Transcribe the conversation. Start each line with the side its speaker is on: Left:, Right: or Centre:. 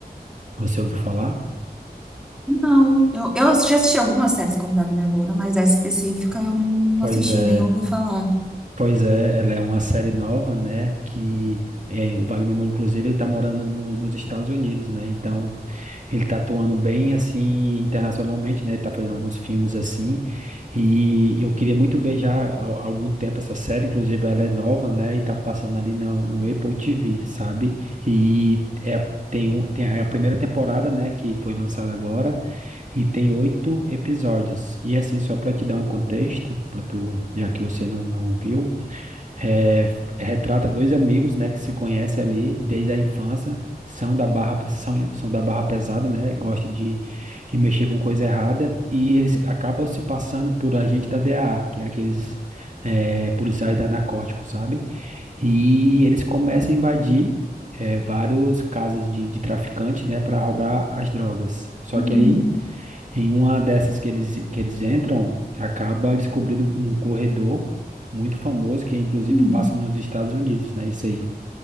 Right: Você ouviu falar?
Centre: Não, eu, eu já assisti algumas séries com o Wagner Moura, mas essa específica eu não, não
Right: Pois
Centre: assisti,
Right: é.
Centre: nem ouvi falar.
Right: Pois é, ela é uma série nova, né? Que é, o Wagner Moura, inclusive, ele tá morando no- nos Estados Unidos, né? Então, ele tá atuando bem, assim, internacionalmente, né? Ele tá fazendo alguns filmes, assim. E eu queria muito ver já há há algum tempo essa série, inclusive, ela é nova, né? E tá passando ali no, no Apple TV, sabe? E é, a- tem, um, tem a é a primeira temporada, né? Que foi lançada agora. E tem oito episódios. E assim, só para te dar um contexto, para tu, já que você não, não viu, é, retrata dois amigos, né, que se conhecem ali desde a infância, são da barra, são, são da barra pesada, né, gostam de, de mexer com coisa errada, e eles acabam se passando por agente da DEA, que é aqueles é, policiais da narcótico, sabe? E eles começam a invadir é, vários casas de, de traficante, né, para roubar as drogas. Só
Centre: Uhum,
Right: que aí em uma dessas que eles, que eles entram, acaba descobrindo um corredor muito famoso, que inclusive
Centre: Hum,
Right: passa nos Estados Unidos, né? Isso aí.